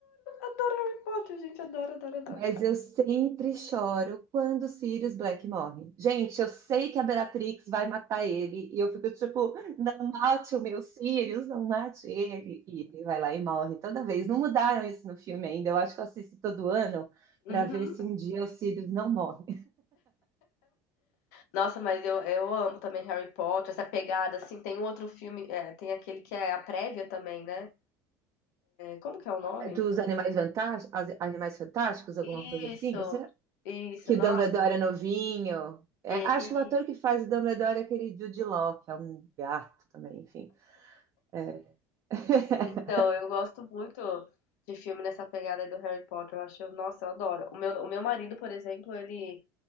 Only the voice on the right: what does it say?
Mas eu sempre choro quando o Sirius Black morre. Gente, eu sei que a Bellatrix vai matar ele. E eu fico tipo, não mate o meu Sirius, não mate ele. E ele vai lá e morre toda vez. Não mudaram isso no filme ainda. Eu acho que eu assisto todo ano
para ver se um dia o Sirius não morre.
<laughs> Dos Animais Fantásticos, Animais Fantásticos, alguma
coisa assim? Será
que
o Dumbledore é novinho? É,
acho
que o ator que faz o Dumbledore é aquele Jude Law, que é um gato também, enfim. É. <laughs>